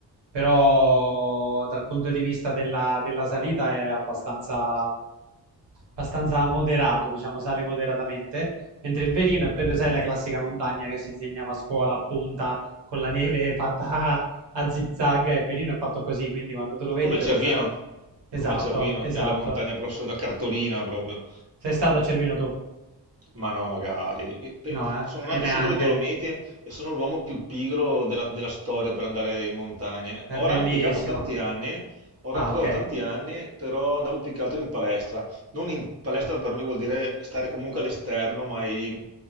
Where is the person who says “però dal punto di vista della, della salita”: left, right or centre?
Right